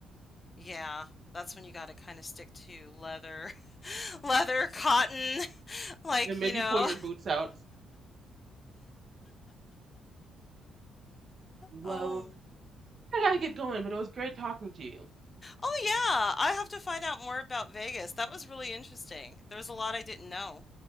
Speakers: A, on the left; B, on the right.
A: Yeah, that's when you got to kind of stick to leather, <laughs> leather, cotton, <laughs> like,
B: Yeah, maybe
A: you know.
B: pull your boots out. Well,
A: Oh,
B: I gotta get going, but it was great talking to you.
A: oh yeah, I have to find out more about Vegas. That was really interesting. There was a lot I didn't know.